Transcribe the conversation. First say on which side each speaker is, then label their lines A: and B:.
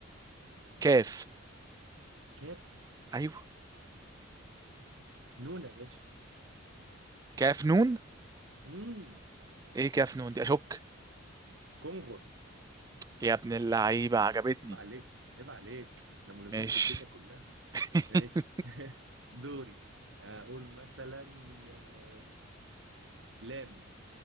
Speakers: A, on the right (about 20°); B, on the right (about 65°).
A: كاف
B: كاف
A: ايوه
B: نون يا باشا
A: كاف نون
B: امم
A: ايه كاف نون دي اشك
B: كونغر
A: يا ابن اللعيبه عجبتني
B: عيب عليك عيب عليك احنا ملمين
A: ماشي
B: بالدنيا كلها
A: <laughs>
B: ماشي <laughs> دوري اقول مثلا آه، لام